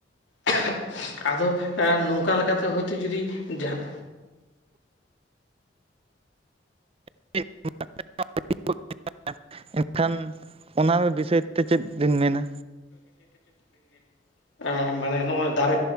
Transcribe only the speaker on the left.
<unintelligible> ᱟᱫᱚ ᱮ ᱱᱚᱝᱠᱟ ᱞᱮᱠᱟᱛᱮ ᱦᱳᱭᱛᱳ ᱡᱩᱫᱤ ᱡᱟᱦᱟᱸ
<inaudible> <unintelligible> ᱵᱤᱱ ᱢᱮᱱᱟ᱾ ᱮ ᱢᱟᱱᱮ ᱱᱚᱜᱼᱚᱭ ᱫᱟᱨᱮ